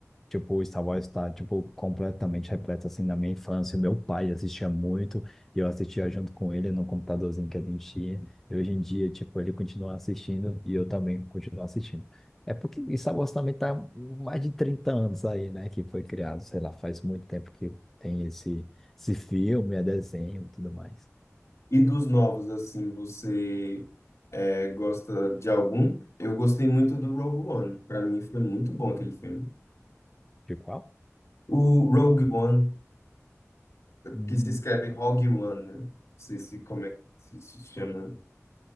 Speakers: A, in the centre; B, on the left.
A: tipo, o Star Wars está, tipo, completamente repleto, assim, na minha infância. Meu pai assistia muito, e eu assistia junto com ele no computadorzinho que a gente tinha. E hoje em dia, tipo, ele continua assistindo, e eu também continuo assistindo. É porque Star Wars também tá mais de 30 anos aí, né, que foi criado, sei lá, faz muito tempo que tem esse, esse filme, é desenho e tudo mais.
B: E dos novos, assim, você é, gosta de algum? Eu gostei muito do Rogue One. Pra mim foi muito bom aquele filme.
A: De qual?
B: O Rogue One,
A: Hum.
B: que se escreve Rogue One, né? Não sei se como é que se se chama.